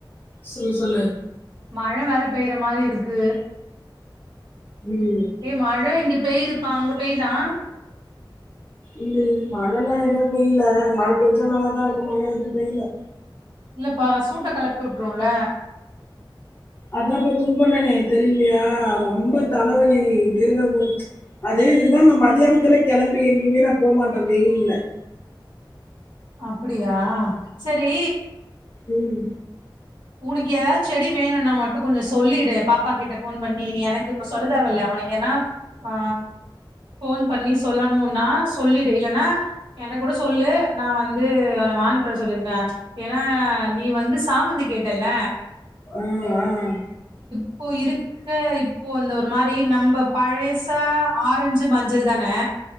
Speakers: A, on the left (about 25°); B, on the right (about 75°).
A: சொல்லு சொல்லு
B: மழ வேற போயிர மாரி இருக்கு
A: ம்.
B: ஏ மழ இங்க பெய்யுதுபா அங்க பெயுதா
A: இல்ல இல் மழல்லா எதுவும் பெய்யல மழ பெஞ்ச நாலாதான் இருக்கும் மழ எதுவும் பெய்ல
B: இல்லப்பா சூட்டை கிலப்பி விட்டுரும்ல
A: அதான் இப்ப துன்பம்னானே தெரியலையா ரொம்ப த வலி வேர்வ <inaudible> அதே இதுதான் நா மத்தியானத்துல கிளம்பி எங்கயுமே நா போகமாட்டே வெயில்ல
B: அப்படியா சேரி
A: உம்
B: உனக்கு ஏதாவது செடி வேணும்னா மட்டும் கொஞ்சம் சொல்லிடு பாப்பா கிட்ட போன் பண்ணி நீ எனக்கு இப்ப சொல்லதவல உனக்கு ஏனா ஆ போன் பண்ணி சொல்லணும்னா சொல்லிடு இல்ன்னா என கூட சொல்லு நா வந்து அவளை வாங்கிட்டு வர சொல்லியிருக்கேன் ஏன்னா நீ வந்து சாமந்தி கேட் ட்டாயில்ல
A: உம் அஹ்
B: இப்போ இருக்க இப்போ அந்த ஒரு மாரி நம்ம பழசா ஆரஞ்சு மஞ்சள் தானே